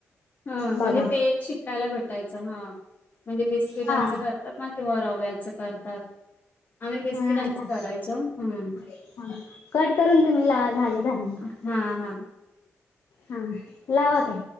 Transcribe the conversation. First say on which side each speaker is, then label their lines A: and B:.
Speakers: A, on the left; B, on the left.
A: हा म्हणजे
B: बघा
A: ते एक शिकायला भेटायचं हा म्हणजे बिस्किटांच
B: हा
A: कर. ात ना किंवा रव्याचं करतात. आम्ही बिस्किटांच
B: थांब
A: करायचो हम्.
B: थांब कट करून तुम्ही लावा झालं दहा मिनिट
A: हां हां.
B: हा लावा त.